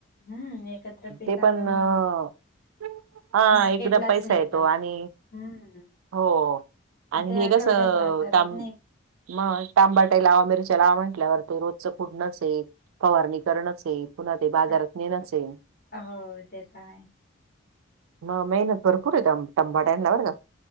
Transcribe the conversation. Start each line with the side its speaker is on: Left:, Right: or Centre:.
Left: हम्म एकत्र पिक
Right: ते
Left: आल्यामुळे
Right: पण अ हा
Left: मार्केटलाच
Right: एकदा पैसा
Left: नेता
Right: येतो आणि,
Left: हम्म
Right: हो. आणि
Left: ते
Right: हे
Left: आठवड्या
Right: कसं
Left: बाजारात
Right: ताम
Left: नाही
Right: म टमाबाटे लावा मिरच्या लावा म्हटल्यावर ते रोजचं कुडणच ये, फवारणी करणच ये. पुन्हा ते बाजारात
Left: का?
Right: नेणच ये.
Left: हो ते तर आहे.
Right: म मेहनत भरपूर आहेेत तंब-तंबाड्यांना बर का,